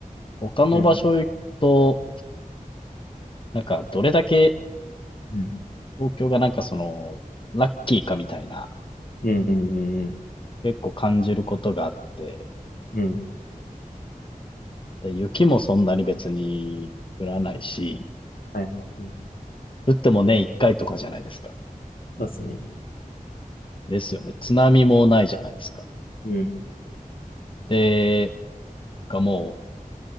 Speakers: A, on the left (about 35°); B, on the left (about 80°).
A: 他の場所行くと、
B: うん。
A: なんか、どれだけ
B: うん。
A: 東京がなんかその、ラッキーかみたいな、
B: うんうんうん
A: 結構感じることがあって、
B: うん。うん。
A: で、雪もそんなに別に降らないし、
B: はいはい。うん
A: 降っても年一回とかじゃないですか。
B: そうですね。
A: ですよね。津波もないじゃないですか。
B: うん。
A: で、なんかも